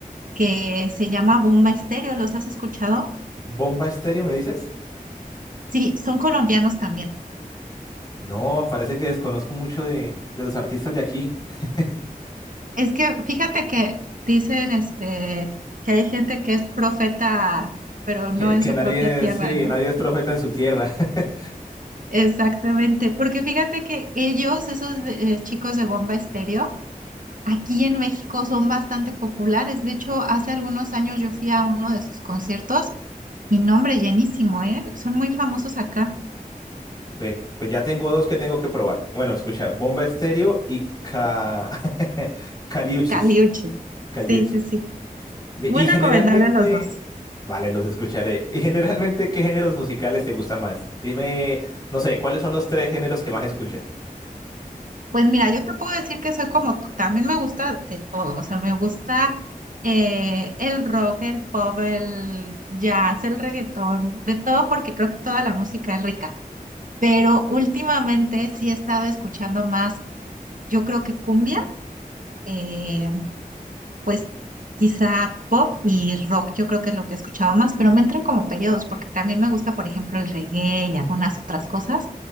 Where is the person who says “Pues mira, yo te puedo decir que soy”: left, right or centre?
Right